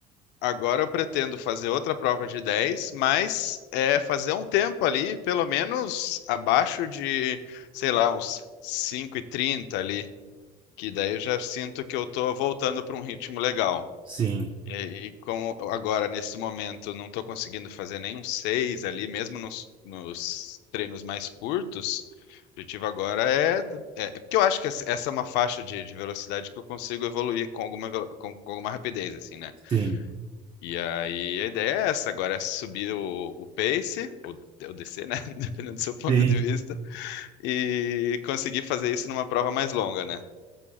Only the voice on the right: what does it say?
Sim,
sim,
sim.